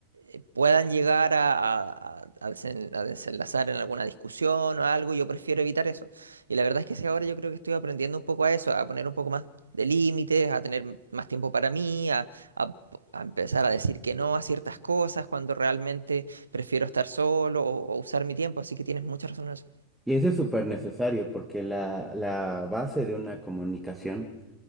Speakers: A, on the right; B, in the centre.
A: eh, puedan llegar a, a- a- a desen- a desenlazar en alguna discusión o algo. Yo prefiero evitar eso. Y la verdad es que sí, ahora yo creo que estoy aprendiendo un poco a eso, a poner un poco más de límites, a tener más tiempo para mí, a, a a empezar a decir que no a ciertas cosas cuando realmente prefiero estar solo o, o usar mi tiempo. Así que tienes mucha razón en eso.
B: Y eso es súper necesario porque la, la base de una comunicación